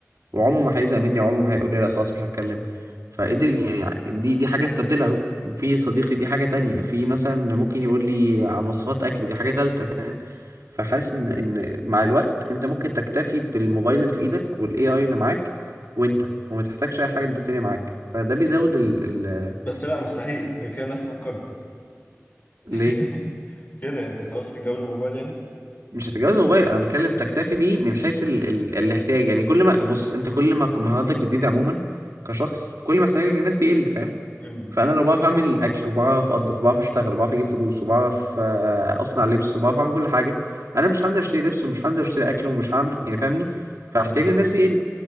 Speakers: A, on the right (about 80°); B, on the left (about 35°).
A: وعمره ما هيزهق مني وعمره ما هيقول لي لا خلاص مش هتكلم فقدر يعني دي دي حاجة استبدلها اهو وفي صديقي دي حاجة تانية في مثلا ممكن يقول لي عن وصفات اكل دي حاجة تالتة فاهم فحاسس ان إن مع الوقت انت ممكن تكتفي بالموبايل اللي في ايدك والاي اي اللي معاك وانت وما تحتاجش اي حاجة ده تانية معاك فده بيزود ال ال
B: بس لا مستحيل كده الناس هتنقرض
A: ليه
B: <laughs> كده يعني انت خلاص هتتجوز الموبايل يعني
A: مش هتتجوز موبايل انا بتكلم تكتفي بيه من حيث ال ال الاحتياج يعني كل ما بص انت كل ما مهاراتك بتزيد عموما كشخص كل ما احتياجك للناس بيقل فاهم
B: امم
A: فانا لو بعرف اعمل اكل وبعرف اطبخ وبعرف اشتغل وبعرف اجيب فلوس وبعرف آه، اصنع لبس وبعرف اعمل كل حاجه انا مش هنزل اشتري لبس ومش هنزل اشتري اكل ومش هعمل ك- يعني فاهمني فاحتياج
B: امم
A: الناس بيقل